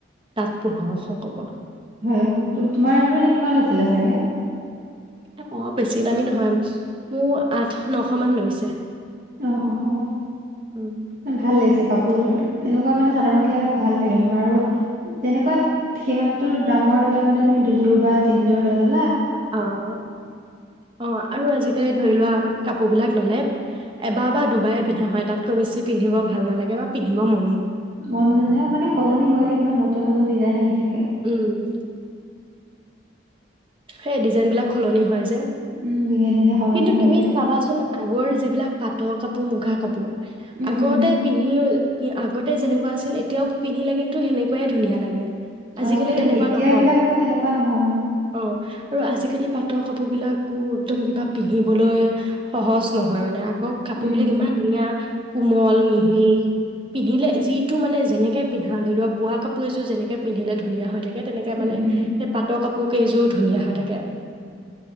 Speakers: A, on the right; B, on the right.
A: তাত পোন্ধঅশ ক'ব।
B: হুম তো, তোমাৰ এজ মানে কিমান আছিলে ছাগে?
A: এ বৰ বেছি দামী নহয়, মো আঠ, নশ মান লৈছে।
B: ইঅ, অহ, অ
A: উম
B: <inaudible> ভাল লাগিছে কাপোৰ জোৰ, এনেকুৱা মানে চাদৰ-মেখেলা বিলা ভাল লাগে। বাৰু, তেনেকুৱাত, সিমান টো দামৰ ল'লে মানে তুমি দুজোৰ বা তিনি জোৰ লৈ ল
A: অ', অ', আৰু আজি‌ কালি ধৰিলোৱা কাপোবিলাক ল'লে, এবা বা দুবায়ে পিনহা হয়, তাতকৈ বেছি পিনহিব ভাল নালাগে বা পিনহিবয়ো ম
B: মন নেযায় মানে সলনি হৈ ন, নতুন-নতুন ডিজাইন আহি থাকে।
A: উম সেই ডিজাইন বিলাক খলনি হয় যে,
B: উম দিনে দিনে সলনি
A: কিন্তু
B: হৈ
A: তুমি
B: গৈ থাকে
A: চাবাচোন আগৰ যিবিলাক পাটৰকাপোৰ, মূগাকাপোৰ
B: উম
A: আগতে
B: উম
A: পিনহিউ ই আগতে যেনেকোৱা আছিল এতিয়াও পিনহিলে কিন্তু হেনেকুৱাই ধুনীয়া লাগে। আজিকালি
B: অ', কিতু
A: তেনেকুৱা
B: এতিয়া
A: নহয়
B: বিলাক আকৌ তেনেকুৱা নহয়।
A: অ' আৰু আজিকালি পাট কাপোৰবিলাকও একদম কিবা পিন্ধিবলৈ সহজ নহয় মানে আ আগ কাপোৰবিলাক
B: উম
A: ইমান ধুনীয়া, কোমল, মিহি। পিন্ধিলে যিইটো মানে যেনেকে পিন্ধা ধৰিলোৱা, বোৱা কাপোৰ এযোৰ যেনেকে পিন্ধিলে ধুনীয়া হৈ থাকে। এ তেনেকে
B: উম
A: মানে,
B: উম
A: এ পাটৰ কাপো কেইজোৰ ধুনীয়া হৈ থাকে।